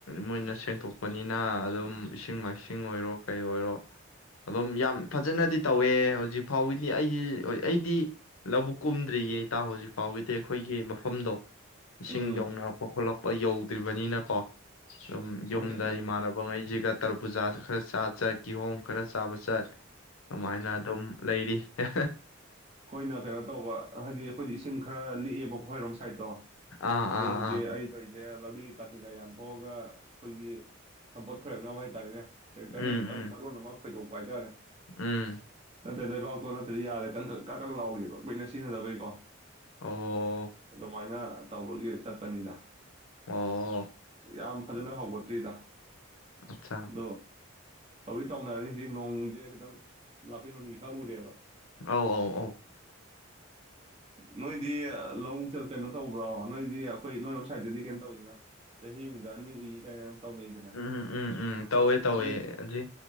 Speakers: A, on the left; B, on the right.
A: ꯃꯣꯏꯅ ꯁꯦꯡꯇꯣꯛꯄꯅꯤꯅ ꯑꯗꯨꯝ ꯏꯁꯤꯡ ꯃꯥꯏꯁꯤꯡ ꯑꯣꯏꯔꯣ ꯀꯩ ꯑꯣꯏꯔꯣ ꯑꯗꯨꯝ ꯌꯥꯝ ꯐꯖꯅꯗꯤ ꯇꯧꯋꯦ ꯍꯧꯖꯤꯛꯐꯥꯎꯒꯤꯗꯤ ꯑꯩꯗꯤ ꯑꯩꯗꯤ ꯂꯧꯕꯨꯛ ꯀꯨꯝꯗ꯭ꯔꯤꯌꯦ ꯇꯥꯣ ꯍꯧꯖꯤꯛꯐꯥꯎ ꯄꯥꯎꯒꯤꯗꯤ ꯑꯩꯈꯣꯏꯒꯤ ꯃꯐꯝꯗ ꯏꯁꯤꯡ
B: ꯎꯝ
A: ꯌꯧꯅ ꯊꯣꯛꯂꯛꯄ ꯌꯧꯗ꯭ꯔꯤꯕꯅꯤꯅꯀꯣ ꯁꯨꯝ
B: ꯃꯥꯅꯦ
A: ꯌꯨꯝꯗ ꯏꯃꯥꯟꯅꯕ ꯉꯩ ꯖꯤꯒ ꯇꯔ ꯄꯨꯨꯖꯥ ꯈꯔ ꯆ ꯆꯠ ꯀꯤꯍꯣꯝ ꯈꯔ ꯆꯥꯕ ꯆꯠ ꯑꯧꯃꯥꯏꯅ ꯑꯗꯨꯝ ꯂꯩꯔꯤ ꯍ
B: ꯈꯣꯏꯅ ꯀꯩꯅꯣ ꯇꯧꯕ ꯍꯥꯏꯗꯤ ꯑꯈꯣꯏꯗꯤ ꯏꯁꯤꯡ ꯈꯔ ꯂꯤꯛꯑꯦꯕ ꯑꯈꯣꯢꯔꯣꯝ ꯁꯥ ꯥꯁꯥꯏꯠꯇꯣ
A: ꯑꯥ
B: ꯑꯗꯨ
A: ꯑꯥ
B: ꯍꯧꯖꯤ
A: ꯑꯥ
B: ꯑꯩ ꯇꯧꯔꯤꯖꯦ ꯂꯧꯔꯤ ꯀꯥꯠ ꯁꯤꯡꯒ ꯌꯥꯟ ꯊꯣꯛꯑꯒ ꯑꯈꯣꯏꯒꯤ ꯁꯝꯄꯣꯠ ꯈꯣꯏꯔꯛꯅꯕ ꯍꯥꯏꯇꯥꯔꯦꯅꯦ ꯇꯇꯔ
A: ꯎꯝ
B: ꯑꯝ ꯃꯥ
A: ꯎꯝ
B: ꯃꯔ ꯅꯅꯃ ꯈꯣꯏꯗꯣꯛꯄ ꯍꯥꯏꯇꯥꯔꯦ
A: ꯎꯝ
B: ꯅꯠꯇ꯭ꯔ ꯂꯩꯕꯥꯛꯄꯇꯣ ꯅꯠꯇꯗꯤ ꯌꯥꯗꯦ ꯀꯟ ꯈꯠ ꯀꯛ ꯀꯛ ꯂꯥꯎꯒꯤꯕ ꯀꯨꯏꯅ ꯁꯤꯖꯤꯟꯅꯗꯕꯩꯀꯣ
A: ꯑꯣ
B: ꯑꯗꯨꯃꯥꯏꯅ ꯇꯧꯕꯒꯤ ꯆꯠꯄꯅꯤꯗ
A: ꯑꯣ
B: ꯌꯥꯝ ꯐꯖꯅ ꯍꯧꯒꯠꯇ꯭ꯔꯤꯗ
A: ꯑꯠꯆꯥ
B: <unintelligible> ꯇꯧꯗꯤ ꯇꯧꯅꯔꯤꯅꯤ ꯅꯣꯡꯖꯦ ꯈꯤꯇꯪ ꯂꯥꯛꯄꯩ ꯃꯃꯤ ꯈ ꯎꯔꯦꯕ
A: ꯑꯧ ꯑꯧ ꯑꯧ
B: ꯅꯣꯏꯗꯤ ꯂꯧ ꯀꯩꯅꯣ ꯇꯧꯕ꯭ꯔꯣ ꯅꯣꯏꯗꯤ ꯑꯩꯈꯣꯏ ꯅꯣꯏꯔꯣꯝ ꯁꯥꯏꯗꯠꯇꯗꯤ ꯀꯩꯅꯣ ꯇꯧꯋꯤꯗꯅ ꯆꯍꯤꯃꯨꯛꯒ ꯑꯅꯤ ꯎꯨꯏ ꯀꯥꯏꯅ
A: ꯎꯝ
B: ꯇꯧꯅꯩꯗꯅ
A: ꯎꯝ ꯎꯝ ꯎꯝ ꯇꯧꯋꯦ ꯇꯧꯋꯦ
B: ꯅꯣꯏ
A: ꯑꯗꯨꯏ